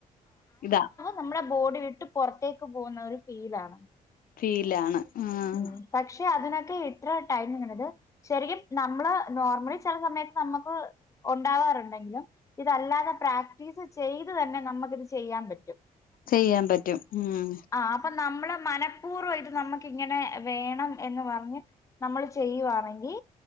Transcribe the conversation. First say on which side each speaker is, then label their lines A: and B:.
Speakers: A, on the left (about 70°); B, on the left (about 20°).
A: ഇതാ
B: നമ്മളെ ബോഡി വിട്ട് പുറത്തേക്ക് പോന്ന ഒരു ഫീലാണ്
A: ഫീലാണ് ആഹ്
B: ഉം പക്ഷെ അതിനൊക്കെ ഇത്ര ടൈമിങന്നത് ശരിക്കും നമ്മള് നോർമലി ചില സമയത്ത് നമുക്ക് ഉണ്ടാവാറുണ്ടെങ്കിലും ഇതല്ലാതെ പ്രാക്ടീസ് ചെയ്ത് തന്നെ നമ്മക്ക് ഇത് ചെയ്യാൻ പറ്റും
A: ചെയ്യാൻ പറ്റും ഉം
B: ആഹ് അപ്പൊ നമ്മള് മനഃപൂർവ്വം ഇത് നമ്മക്ക് ഇങ്ങനെ വേണം എന്ന് പറഞ്ഞ് നമ്മൾ ചെയ്യുവാണെങ്കി